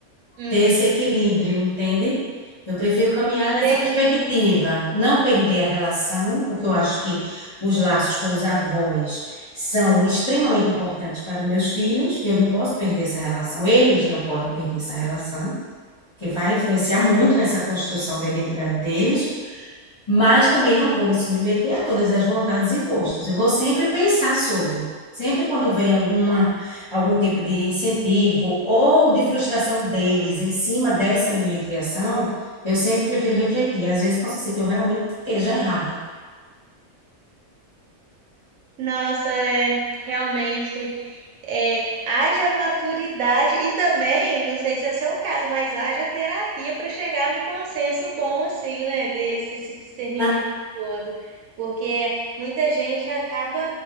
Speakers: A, on the right; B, on the left.
A: Hum,
B: ter esse equilíbrio, entende? Eu prefiro caminhar
A: entendi.
B: nessa perspectiva, não perder a relação, porque eu acho que os laços com os avós são extremamente importantes para os meus filhos, e eu não posso perder essa relação, eles não podem perder essa relação, que vai influenciar muito nessa construção da identidade deles, mas também não vou me submeter a todas as vontades e gostos. Eu vou sempre pensar sobre. Sempre quando vem alguma, algum tipo de incentivo ou de frustração deles em cima dessa minha criação, eu sempre prefiro refletir. Às vezes possa ser que eu realmente esteja errada.
A: Nossa, é, realmente, é, haja maturidade e também, não sei se é o seu caso, mas haja terapia para chegar num consenso bom assim, né, desse esse discernimento
B: Ah,
A: todo. Porque muita gente acaba